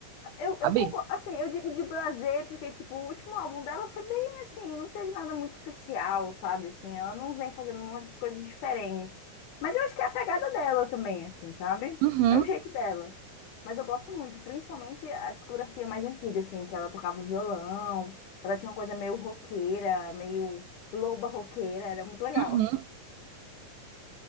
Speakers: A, on the left; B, on the right.
A: Eu, eu
B: sabe?
A: concordo, assim, eu digo de prazer, porque, tipo, o último álbum dela foi bem, assim, não teve nada muito especial, sabe, assim, ela não vem fazendo muitas coisas diferentes, mas eu acho que é a pegada dela também, assim, sabe,
B: Uhum,
A: é o jeito dela, mas eu gosto muito, principalmente a discografia mais antiga, assim, que ela tocava violão, ela tinha uma coisa meio roqueira, meio loba roqueira, era muito legal.
B: uhum.